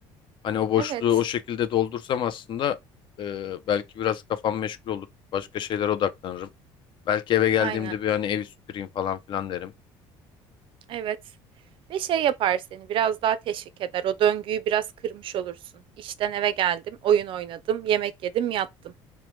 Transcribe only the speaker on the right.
Evet,
aynen.
Evet. Ve şey yapar seni biraz daha teşvik eder. O döngüyü biraz kırmış olursun. İşten eve geldim, oyun oynadım, yemek yedim, yattım.